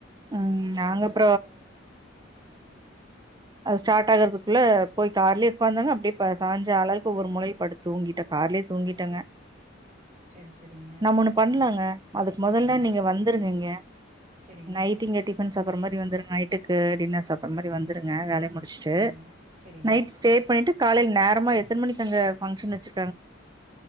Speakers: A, on the right (about 20°); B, on the right (about 40°).
A: உம் நாங்கப்
B: செரிங்
A: அது ஸ்டார்ட் ஆகறதுக்குள்ள போய் கார்லேயே உட்காந்தாங்க அப்படியேப்ப சாய்ஞ்ச ஆளவுக்கு ஒவ்வரு மூலையும் படுத் தூங்கிட்டேன் கார்லேயே தூங்கிட்டங்க
B: செரி செரிங்க
A: நம்ம ஒண்ணு பண்ணலாங்க அதுக்கு மொதல்லல்லாம்
B: செரிங்க
A: நீங்க வந்துருங்கீங்க
B: செரிங்க
A: நைட்டு இங்க டிப் வந்து சாப்றமாறி வந்துருங்க நைட்டுக்கு டின்னர் சாப்பிடற மாதிரி வந்துருங்க வேல முடிச்சுட்டு
B: செரிங்க செரிங்க
A: நைட் ஸ்டே பண்ணிட்டு காலையில நேரமா எத்தன மணிக்கு அங்க பங்கஷன் வச்சு